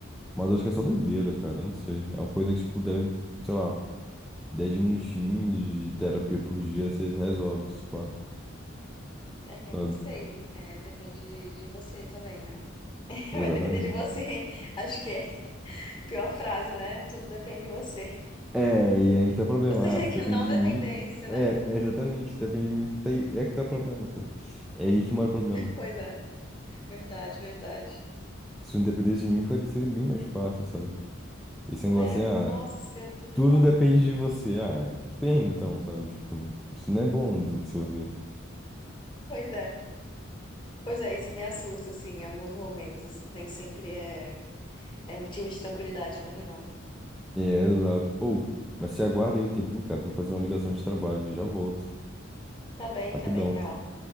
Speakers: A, in the centre; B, on the left.
A: Mas eu acho que é só doideira, cara, não sei. É uma coisa que, tipo, deve, sei lá, 10 minutinhos de terapia por dia você resolve, se pá,
B: É,
A: sabe?
B: não sei, né? Depende de de você também, né? <laughs> Vai
A: Exatamente.
B: depender de você. <laughs> Acho que é a pior frase, né? Tudo depende de você. <laughs>
A: É, e aí que tá o problema.
B: Você quer
A: Ah, se
B: que
A: depende
B: não
A: de
B: dependesse,
A: mim. É,
B: né?
A: é exatamente, se depende de mim que tá aí, é que tá o problema, sabe? É aí que mora o problema.
B: Pois é, verdade, verdade.
A: Se não dependesse de mim, foi- seria bem mais fácil, sabe? Esse
B: Não
A: negócio
B: é?
A: assim,
B: Nossa,
A: ah,
B: seria tudo
A: tudo
B: de bom.
A: depende de você. Ah, que pena então, sabe? Tipo, isso não é bom de, de se ouvir.
B: Pois é. Pois é, isso me assusta, assim, em alguns momentos. Nem sempre é, é motivo de tranquilidade pra mim, não.
A: É, exato. Ou, mas se aguarda aí um tempinho, cara, tem que fazer uma ligação de trabalho, já volto.
B: Tá bem,
A: Rapidão.
B: tá bem, vai lá.